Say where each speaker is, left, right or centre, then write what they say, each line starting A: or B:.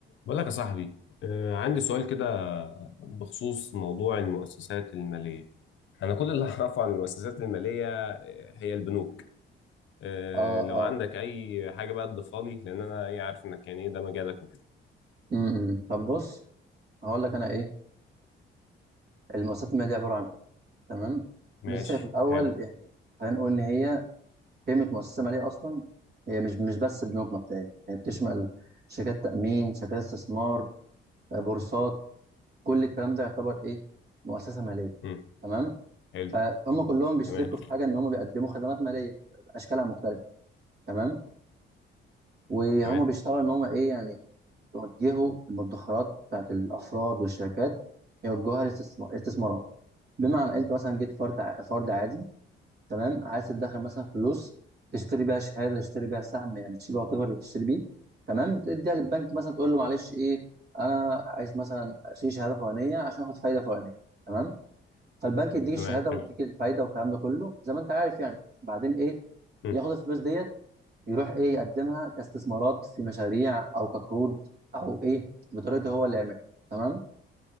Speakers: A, on the left; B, on the right.
A: بقول لك يا صاحبي آه، عندي سؤال
B: ايه
A: كده بخصوص موضوع المؤسسات المالية أنا كل اللي أعرفه
B: تمام
A: عن المؤسسات المالية آه، هي البنوك آه،
B: اه
A: لو
B: اه
A: عندك أي حاجة بقى تضيفها لي لأن أنا إيه عارف إنك يعني إيه ده مجالك وكده
B: امم طب بص هقول لك انا ايه المؤسسات الماليه دي عباره عن ايه تمام
A: ماشي
B: لسه هي في الاول
A: حلو
B: يعني خلينا نقول ان هي قيمه مؤسسه ماليه اصلا هي مش مش بس بنوك مبدئيه هي بتشمل شركات تامين شركات استثمار آه، بورصات كل الكلام ده يعتبر ايه مؤسسه ماليه
A: مم.
B: تمام
A: حلو
B: فهم كلهم بيشتركوا
A: تمام
B: في حاجه ان هم بيقدموا خدمات ماليه باشكالها مختلفه تمام وهم
A: تمام
B: بيشتغلوا ان هم ايه يعني يوجهوا المدخرات بتاعت الافراد والشركات يوجهوها للاستثمارات بمعنى انت مثلا جيت فرد ع- فرد عادي تمام عايز تدخل مثلا فلوس تشتري بيها شهاده تشتري بيها سهم يعني تشتري بيها whatever اللي تشتري بيه تمام بتديها للبنك مثلا تقول له معلش ايه انا عايز مثلا اشتري شهاده فلانيه عشان اخد فايده فلانيه تمام فالبنك يديك الشهاده
A: تمام حلو
B: ويديك الفايده والكلام ده كله زي ما انت عارف يعني بعدين ايه
A: مم.
B: ياخد الفلوس ديت يروح ايه يقدمها كاستثمارات في مشاريع او كقروض او ايه بطريقته هو اللي يعملها تمام